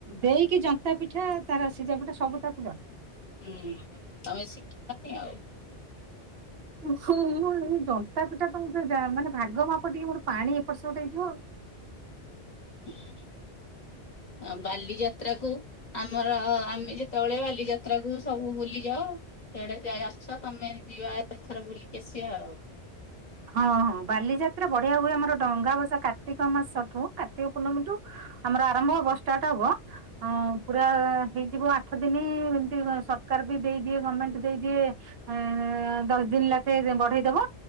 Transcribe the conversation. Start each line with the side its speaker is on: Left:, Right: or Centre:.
Right: ଦେଇକି ଜନ୍ତା ପିଠା ତାର ସିଝା ପିଠା ସବୁ ତାକୁ ଜଣା।
Left: ହୁଁ ତମେ ଶିଖିଲନି ଆଉ।
Right: ମୁଁ ଏଇ ଜନ୍ତା ପିଠା ପାଇଁ ମାନେ ଭାଗ ମାପ ଟିକେ ମୋର ପାଣି ଏପଟ ସେପଟ ହେଇଯିବ।
Left: ହୁଁ, ଆ ବାଲିଯା ଯାତ୍ରାକୁ ଆମର ଆମେ ଯେତେବେଳେ ବାଲି ଯାତ୍ରାକୁୁ ସବୁ ବୁଲିଯାଉ ସେଆଡେ ଯାଇ ଆଛ ତମେ ଯିବା ଏଥର ବୁଲିକି ଆସିବା ଆଉ।
Right: ହଁ ହଁ ବାଲିଯାତ୍ରା ବଢିଆ ହୁଏ ଆମର ଡଙ୍ଗା ଭସା କାର୍ତ୍ତିକ ମାସ ଠୁ କାର୍ତିକ ପୂର୍ଣ୍ଣମୀଠୁ ଆମର ଆରମ୍ଭ ହବ ଷ୍ଟାର୍ଟ ହବ। ହଁ ପୁରା ହେଇଯିବ ଆଠ ଦିନ ଏମତି ସରକାର ବି ଦେଇଦିଏ ଗମେଣ୍ଟ ଦେଇଦିଏ ଆଁ ଦଶ ଦିନ ଲଖେ ବଢେଇ ଦବ।